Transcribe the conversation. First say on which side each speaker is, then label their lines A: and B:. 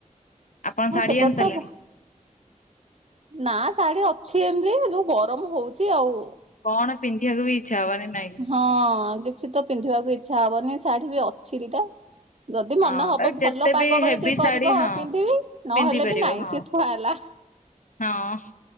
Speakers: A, on the left; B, on the right.
A: ଆପଣ
B: ହଁ
A: ଶାଢୀ
B: ସେପେଟ
A: ଆଣି ସାରିଲେଣି?
B: ତ ବ ନା ଶାଢୀ ଅଛି ଏମିତି ଯୋଉ ଗରମ ହଉଛି ଆଉ।
A: କଣ ପିନ୍ଧିବାକୁ ବି ଇଚ୍ଛା ହବନି ନାଇଁ।
B: ହଁ କିଛି ତ ପିନ୍ଧିବାକୁ ଇଚ୍ଛା ହବନି ଶାଢୀ ବି ଅଛି ଦି ଟା। ଯଦି ମନେ
A: ହଁ
B: ହବ
A: ତା
B: ଭଲ
A: ଯେତେ
B: ପାଗ
A: ବି
B: କରିଛି
A: ହେଭି
B: କରିବ
A: ଶାଢୀ ହଁ
B: ପିନ୍ଧିବି ନହେଲେ
A: ପିନ୍ଧି ପାରିବ
B: ବି ନାଇଁ
A: ହଁ।
B: ସିଏ ଥୁଆ ହେଲା।
A: ହଁ।